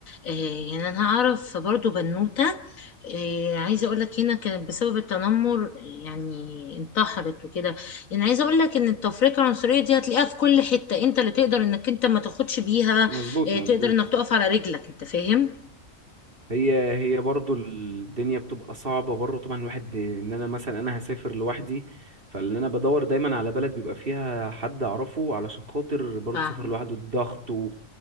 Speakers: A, on the left; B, on the right.
A: آه، يعني انا اعرف برضو بنوته آه، عايزه اقول لك هنا كانت بسبب التنمر يعني انتحرت وكده يعني عايزه اقول لك ان التفرقه العنصريه دي هتلاقيها في كل حته انت اللي تقدر انك انت ما تاخدش بيها
B: مظبوط
A: آه،
B: مظبوط
A: تقدر انك تقف على رجلك انت فاهم
B: هي هي برضو الدنيا بتبقى صعبة برضو طبعا الواحد ان انا مثلا انا هسافر لوحدي فاللي انا بدور دايما على بلد بيبقى فيها حد اعرفه علشان خاطر برضو
A: فاهمة
B: سفر لوحده الضغط و...